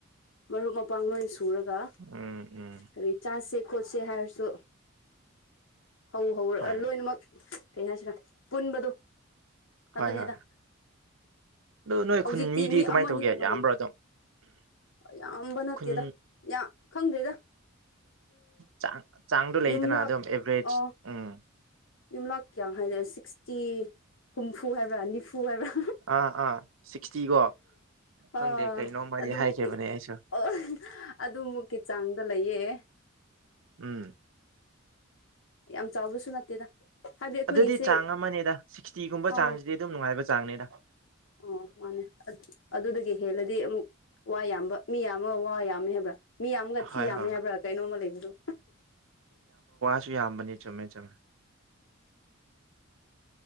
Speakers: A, on the left (about 65°); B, on the right (about 70°).
A: ꯃꯔꯨꯞ ꯃꯄꯥꯡ ꯂꯣꯏꯁꯨ ꯄꯨꯔꯒ
B: ꯎꯝ ꯎꯝ
A: ꯀꯔꯤ ꯆꯥꯁꯦ ꯈꯣꯠꯁꯦ ꯍꯥꯏꯔꯁꯨ ꯍꯧ ꯍꯧ
B: ꯍꯣꯏ
A: ꯂꯣꯏꯅꯃꯛ ꯀꯩ ꯍꯥꯏꯁꯤꯔ ꯄꯨꯟꯕꯗꯨ
B: ꯍꯣꯏ
A: ꯑꯗꯨꯅꯦꯗ
B: ꯍꯣꯏ ꯑꯗꯣ ꯅꯣꯏ
A: ꯍꯧꯖꯤꯛꯇꯤ
B: ꯈꯨꯟ ꯃꯤꯗꯤ
A: ꯃꯤ
B: ꯀꯃꯥꯏꯅ
A: ꯑꯃꯅꯤ
B: ꯇꯧꯒꯦ
A: ꯑꯅꯤ ꯈꯇꯪ
B: ꯌꯥꯝꯕ꯭ꯔꯣ ꯑꯗꯨꯝ
A: ꯌꯥꯝꯕ ꯅꯠꯇꯦꯗ
B: ꯈꯨꯟ
A: ꯌꯥꯝ ꯈꯪꯗ꯭ꯦꯗ
B: ꯆꯥꯡ ꯆꯥꯡꯗꯣ ꯂꯩꯗꯅ
A: ꯌꯨꯝꯂꯛ
B: ꯑꯗꯨꯝ ꯑꯦꯚꯔꯦꯖ
A: ꯑ
B: ꯎꯝ
A: ꯌꯨꯝꯂꯛ ꯀꯌꯥꯝ ꯍꯥꯏꯅ ꯁꯤꯛꯁꯇꯤ ꯍꯨꯝꯐꯨ ꯍꯥꯏꯕ꯭ꯔꯥ ꯅꯤꯐꯨ ꯍꯥꯏꯕ꯭ꯔꯥ
B: ꯑꯥ ꯑꯥ ꯁꯤꯛꯁꯇꯤꯒꯣ
A: ꯑꯥ
B: ꯈꯪꯗꯦ ꯀꯩꯅꯣꯝꯃꯗꯤ
A: ꯑꯗꯨꯃꯨꯛꯀꯤ
B: ꯍꯥꯏꯈꯤꯕꯅꯦ ꯑꯩꯁꯨ
A: ꯑꯣ ꯑꯗꯨꯃꯨꯛꯀꯤ ꯆꯥꯡꯗ ꯂꯩꯌꯦ <inaudible>
B: ꯎꯝ
A: ꯌꯥꯝ ꯆꯥꯎꯕꯁꯨ ꯅꯠꯇꯦꯗ ꯍꯥꯏꯕꯗꯤ ꯑꯩꯈꯣꯏꯒꯤꯁꯦ
B: ꯑꯗꯨꯗꯤ ꯆꯥꯡ ꯑꯃꯅꯦꯗ ꯁꯤꯛꯁꯇꯤꯒꯨꯝꯕ
A: ꯑꯥ
B: ꯆꯥꯡꯁꯤꯗꯤ ꯑꯗꯨꯝ ꯅꯨꯡꯉꯥꯏꯕ ꯆꯥꯡꯅꯦꯗ
A: ꯑꯣ ꯃꯥꯅꯦ ꯑꯗꯨꯗꯒꯤ ꯍꯦꯜꯂꯗꯤ ꯑꯃꯨꯛ ꯋꯥ ꯌꯥꯝꯕ ꯃꯤ ꯌꯥꯝ ꯋꯥ ꯌꯥꯝꯃꯦ ꯍꯥꯏꯕ꯭ꯔꯥ ꯃꯤ ꯌꯥꯝꯒ ꯊꯤ
B: ꯍꯣꯏ
A: ꯌꯥꯝꯃꯦ
B: ꯍꯣꯏ
A: ꯍꯥꯏꯕ꯭ꯔꯥ ꯀꯩꯅꯣꯝꯃ ꯂꯩꯕꯗꯨ
B: ꯊꯤ ꯌꯥꯝꯕꯅꯤ ꯆꯨꯝꯃꯦ ꯆꯨꯝꯃꯦ